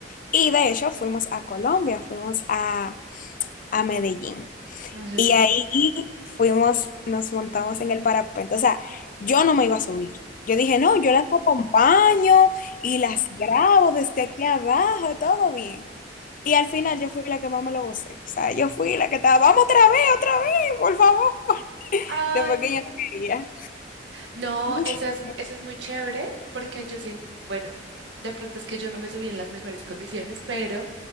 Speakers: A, on the left; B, on the right.
A: Y de hecho, fuimos a Colombia, fuimos a, a Medellín.
B: Ajá.
A: Y ahí fuimos, nos montamos en el parapente. O sea, yo no me iba a subir. Yo dije, no, yo las acompaño y las grabo desde aquí abajo, todo bien. Y al final yo fui la que más me lo gocé. O sea, yo fui la que estaba, vamos otra vez, otra vez, por favor.
B: Ay,
A: Después que
B: sí.
A: yo no quería.
B: No,
A: <laughs>
B: eso es, eso es muy chévere porque yo siento, bueno, de pronto es que yo no me subí en las mejores condiciones, pero